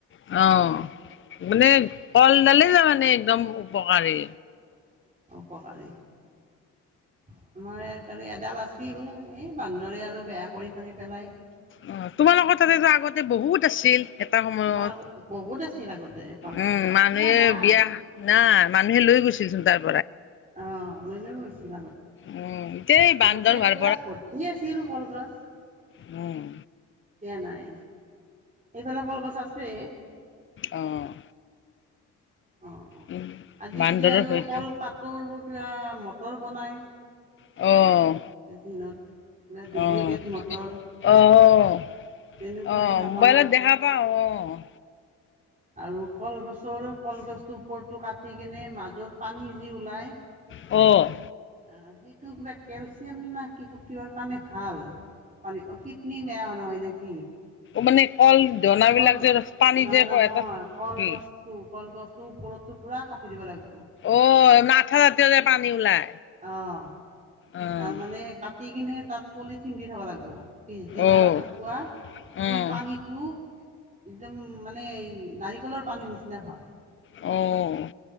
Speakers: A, on the left; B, on the right.
A: অ', মানে কলদালে যে মানে একদম উপকাৰী,,
B: পাৰি আমাৰ তাৰে এদাল আছিল এই বান্দৰে আৰু সৰি খিনি পেলাই
A: অ তোমালোকৰ তাতেতো আগতে বহুত আছিল এটা সময়ত
B: তোমাৰ আগত বহুত আছিল আগতে কলগছ
A: উম
B: এতিয়া
A: মানুহে
B: নাই
A: বিয়া না মানুহে গৈছিল চোন তাত।
B: অ লৈ লৈ গৈছিল।
A: উম, এতিয়া এই
B: আগতে
A: বান্দৰ হোৱাৰ
B: পুৰা ভৰ্তি আছিল কলগছ।
A: হম।
B: দিয়া নাই এইফালে কলগছ আছে।
A: অ',
B: অ
A: উম,
B: আজিকালি
A: বান্দৰৰ
B: আৰু
A: সৈতে
B: কলপাতৰ কিবা মটৰ বনাই।
A: অ
B: মেচিনত,, কিবা ডুপ্লিকেট
A: অ',
B: মটৰ
A: অ'।
B: তেনেকুৱাই
A: অ',
B: দেখা
A: মোবাইলত
B: পাওঁ
A: দেখা পাওঁ, অ'।
B: আৰু কলগছৰ কলগছটোৰ ওপৰটো কাটি কিনে মাজত পানী যি ওলায়
A: অ'।
B: অ', সেইটো কিবা কেলচিয়াম না কি-কিহৰ কাৰণে ভাল। পানী অ', কিতনি বেয়া নহয় নেকি?
A: মানে কল ধনাবিলাক
B: কল,
A: যে পানী
B: নহয়
A: যে
B: নহয়,
A: এটা
B: কলগছটো
A: কি
B: কলগছটো ওপৰতো পুৰা কাটি দিব লাগ
A: অ', মাথা ৰাতিও যে পানী ওলাই
B: অ',
A: অ'
B: তাৰ মানে কাটি কিনে তাত পলিথিন দি থ'ব লাগব। পিছদিনা
A: অ'
B: ৰাতিপুৱা, সেই
A: অ'
B: পানীটো, একদম মানে নাৰি লৰ পানীৰ নিচিনা হয়।
A: অ'